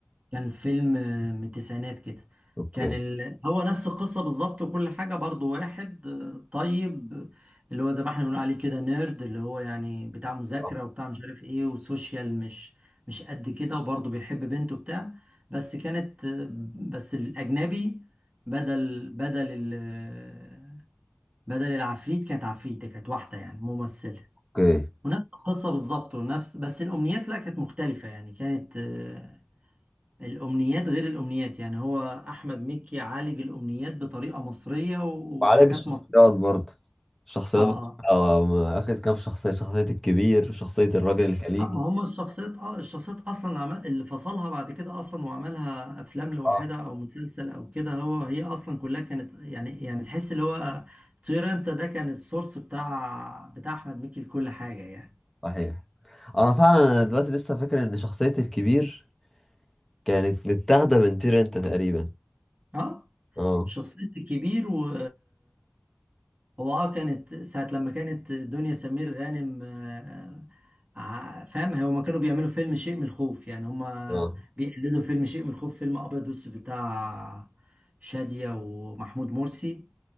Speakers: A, on the right (about 35°); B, in the centre.
A: كان فيلم آه، من التسعينات كده
B: اوكي
A: كان ال... هو نفس القصة بالظبط وكل حاجة برضو واحد آه، طيب آه، اللي هو زي ما احنا بنقول عليه كده نيرد اللي هو يعني بتاع مذاكرة
B: آه،
A: وبتاع مش عارف ايه وسوشيال مش مش قد كده وبرضه بيحب بنته بتاع بس كانت آه، بس الأجنبي بدل بدل ال... آه، بدل العفريت كانت عفريتة كانت واحدة يعني ممثلة
B: اوكي
A: ونفس القصة بالظبط ونفس بس الأمنيات لا كانت مختلفة يعني كانت آه، الأمنيات غير الأمنيات يعني هو أحمد مكي عالج الأمنيات بطريقة مصرية وحاجات
B: وعلاج الشخصيات
A: مصرية
B: برضه الشخصيات
A: آه آه
B: بتبقى م- اخد كام شخصية شخصية الكبير وشخصية الراجل الخليجي
A: آه، ما هم الشخصيات آه الشخصيات أصلا عمل اللي فصلها بعد كده أصلا وعملها أفلام لوحدها
B: اه
A: أو مسلسل أو كده هو هي أصلا كلها كانت يعني يعني تحس اللي هو طير أنت ده كان السورس بتاع بتاع أحمد مكي لكل حاجة يعني
B: صحيح انا فعلا أنا دلوقتي لسه فاكر ان شخصية الكبير كانت متاخدة من طير انت تقريبا
A: آه
B: اه
A: شخصية الكبير و هو اه كانت ساعة لما كانت دنيا سمير غانم آه، ع- فاهم هما كانوا بيعملوا فيلم شيء من الخوف يعني هما
B: اه
A: بيقلدوا فيلم شيء من الخوف فيلم أبيض وأسود بتاع شادية ومحمود مرسي